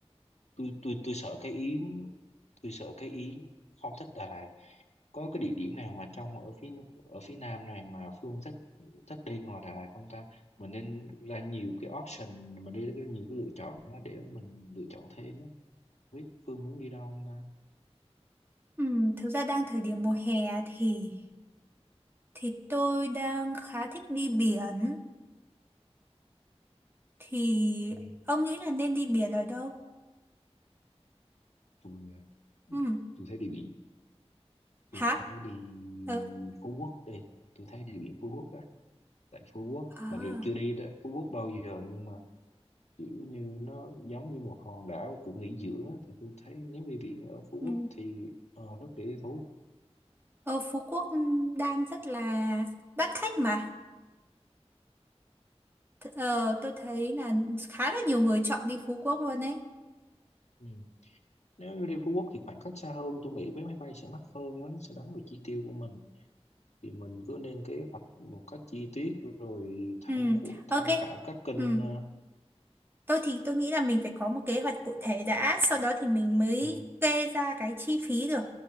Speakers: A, on the left; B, on the right.
A: tôi tôi tôi sợ cái yến tôi sợ cái yến không thích Đà Lạt có cái địa điểm nào mà trong ở phía ở phía nam này mà Phương thích thích đi ngoài Đà Lạt không ta mình nên ra nhiều cái option mình đi ra nhiều cái lựa chọn đó để mình lựa chọn thêm á Không biết Phương muốn đi đâu không ta
B: Ừ, thực ra đang thời điểm mùa hè thì Thì tôi đang khá thích đi biển. Thì
A: Ừ,
B: ông nghĩ là nên đi biển ở đâu?
A: tôi à,
B: Ừ.
A: tôi thấy đi biển
B: Hả?
A: tôi thấy đi
B: Ừ.
A: Phú Quốc đi tôi thấy đi biển Phú Quốc á tại Phú Quốc
B: À.
A: mặc dù chưa đi đó, Phú Quốc bao giờ nhưng mà kiểu như nó giống như một hòn đảo của nghỉ dưỡng á thì tôi thấy nếu đi biển ở Phú
B: Ừ.
A: Quốc thì ờ, rất để lý thú
B: Ờ, Phú Quốc đang rất là đắt khách mà. Th- Ờ, tôi thấy là khá là nhiều người chọn đi Phú Quốc luôn đấy.
A: Ừ. nếu đi Phú Quốc thì khoảng cách xa hơn tôi nghĩ vé máy bay sẽ mắc hơn nó sẽ đánh vào chi tiêu của mình thì mình cứ nên kế hoạch một cách chi tiết rồi tham
B: Ừ.
A: của- tham
B: Ok.
A: khảo các kênh
B: Ừ.
A: ờ,
B: Tôi thì tôi nghĩ là mình phải có một kế hoạch cụ thể đã, sau đó thì mình mới
A: ừ,
B: kê ra cái chi phí được.